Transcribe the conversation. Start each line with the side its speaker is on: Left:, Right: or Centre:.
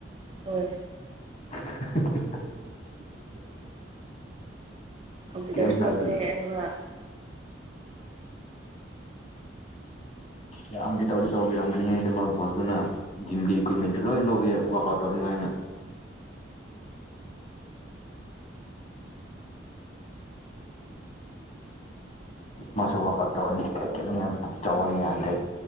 Right: ꯍꯣꯏ
Left: <unintelligible>
Right: ꯀꯝꯄ꯭ꯌꯨꯇꯔꯁꯨ
Left: ꯀꯩꯝ ꯍꯥꯏꯔꯛꯇꯦ
Right: ꯂꯩꯇ꯭ꯔꯦ ꯑꯗꯨꯒ
Left: ꯌꯥꯝꯗꯤ ꯇꯧꯗꯤ ꯇꯧꯕꯤꯔꯝꯝꯕꯅꯦ ꯑꯗꯨꯃꯛ ꯐꯣꯇꯅ ꯖꯤꯝꯒꯤ ꯏꯀ꯭ꯋꯤꯞꯃꯦꯟꯁꯨ ꯂꯣꯏ ꯂꯧꯕꯤꯏ ꯋꯥꯛ ꯑꯥꯎꯠ ꯇꯧꯅꯤꯡꯉꯥꯏꯅ ꯃꯥꯁꯨ ꯋꯥꯛ ꯑꯥꯎꯠ ꯇꯧꯔꯅꯤ ꯀ ꯀꯅꯤ ꯌꯥꯝ ꯆꯥꯎꯕꯅ ꯌꯥꯗ꯭ꯔꯦ